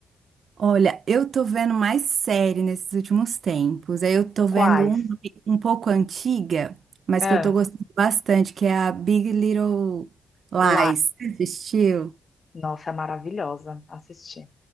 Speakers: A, on the right (about 65°); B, on the left (about 45°).
A: Olha, eu tô vendo mais série nesses últimos tempos. Aí eu tô
B: Quais?
A: vendo uma um pouco antiga, mas
B: Ah,
A: que eu tô gostando bastante, que é a Big Little Lies.
B: lá.
A: Você Assistiu?
B: Nossa, é maravilhosa. Assisti,